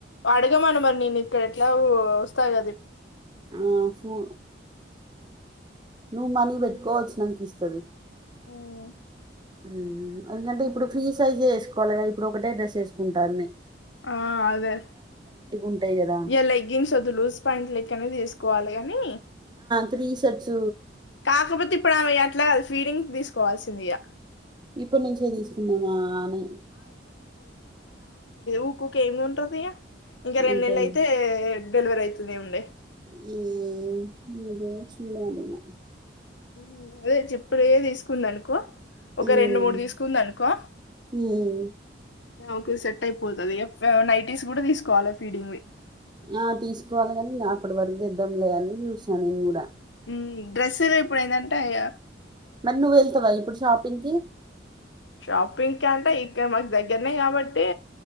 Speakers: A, on the left; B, on the right.
A: అడగమను మరి నేను ఇక్కడ ఎట్లా వస్తాది
B: ఆ హు నువ్వు
A: ఉమ్
B: మనీ పెట్టుకోవాల్సి అనిపిస్తాది.
A: ఉమ్.
B: హు ఎందుకంటే ఇప్పుడు ఫ్రీ సైజ్ ఏసుకోవాలిగా ఇప్పుడు ఒకటే డ్రెస్ వేసుకుంటారని
A: ఆ అదే
B: ఉంటాయి గదా!
A: ఇ లెగ్గిన్స్ అది లూస్ పాయింట్ లెక్క అనే తీసుకు కోవాలి గాని
B: త్రీ షర్ట్స్
A: కాకపోతే ఇప్పుడు ఆమె ఎట్లా ఫీడింగ్ తీసుకోవాలి. సింధియా
B: ఇప్పటి నుంచే తీసుకుందామా అని
A: ఉక్ ఊకె ఎం కొంటారు ఇగ ఇంకా రెండు
B: అంతే
A: నెలల
B: అండి.
A: అయితే డెలివరీ అయతూనే ఉండే
B: హ్మ్. <unintelligible>
A: ఉ అదే ఇప్పుడే తీసుకుందనుకో ఒక
B: హ్మ్.
A: రెండు మూడు తీసుకుంద అనుకో
B: హ్మ్.
A: ఒక సెట్ అయిపోతుది నైటీస్ కూడా తీసుకోవాలి ఫీడింగ్ వి
B: ఆ తీసుకోవాలి కాని ఇంకా అప్పటి వరకు తెద్దాంలేగాని చూసాను నేను కూడా
A: హు డ్రెస్ ఇప్పుడు ఏందంటా ఇగ
B: మరి నువ్వు వెళ్తావా ఇప్పుడు షాపింగ్ కి
A: షాపింగ్ క అంటే ఇక మాకు దగ్గరనే కాబట్టి